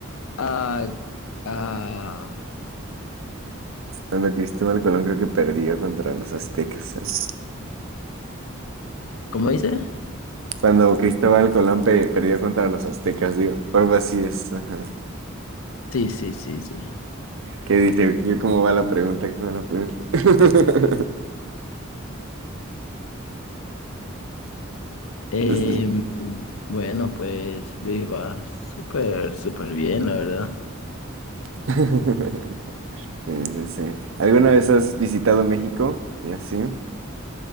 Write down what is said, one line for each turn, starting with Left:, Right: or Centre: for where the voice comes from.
Left: a, a-
Right: Cuando Cristóbal Colón creo que perdió contra los aztecas. ¿eh?
Left: ¿cómo dice?
Right: Cuando Cristóbal Colón pe- perdió contra los aztecas, digo, algo así es. ajá.
Left: Sí, sí, sí, sí.
Right: ¿Qué dice? ¿Qué- ¿Cómo va la pregunta? ¿Cómo va la pregunta? <laughs>
Left: Em,
Right: Pues,
Left: bueno, pues Luis va súper, súper bien, la verdad.
Right: <laughs> Sí, sí, sí. ¿Alguna vez has visitado México? ¿Y así?